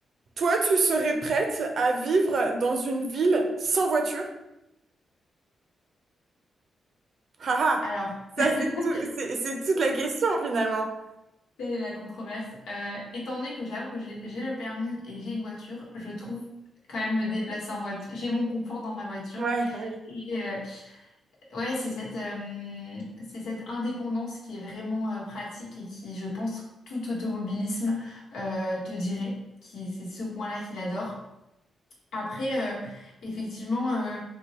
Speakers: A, on the right; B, on the left.
A: toi, tu serais prête à vivre dans une ville sans voiture? Haha,
B: Alors...
A: ça
B: <laughs>
A: c'est tout- c'est c'est toute la question finalement.
B: Telle est la controverse. Euh, étant donné que j'avoue que j'ai j'ai le permis et j'ai une voiture, je trouve quand même me déplacer en voiture. J'ai mon confort dans ma voiture.
A: Ouais, bah oui.
B: Et euh, ouais, c'est cette, euh, c'est cette indépendance qui est vraiment euh, pratique et qui, je pense, tout automobilisme euh, te dirait. Qui, c'est ce point-là qu'il adore. Après, euh, effectivement, euh,